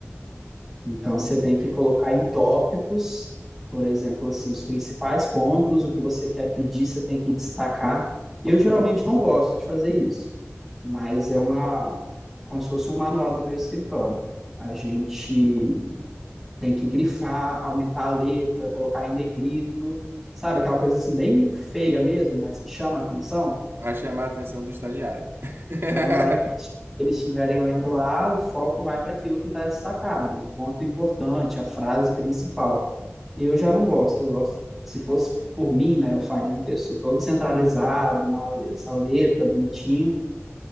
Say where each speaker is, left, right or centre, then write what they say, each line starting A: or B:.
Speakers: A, in the centre; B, on the right (about 60°).
A: Então, você
B: <laughs>
A: tem
B: Entendo.
A: que colocar em tópicos, por exemplo, assim, os principais pontos, o que você quer pedir, você tem que destacar. Eu geralmente não gosto de fazer isso, mas é uma, como se fosse um manual do meu escritório. A gente tem que grifar, aumentar a letra, colocar em negrito, sabe? Aquela coisa assim bem feia mesmo, mas que chama a atenção,
B: Vai chamar a atenção do estagiário. <laughs>
A: para na hora eles estiverem lendo lá, o foco vai para aquilo que está destacado, o ponto importante, a frase principal. Eu já não gosto, eu gosto, se fosse por mim, né, eu faria um texto todo centralizado, uma, essa letra bonitinha,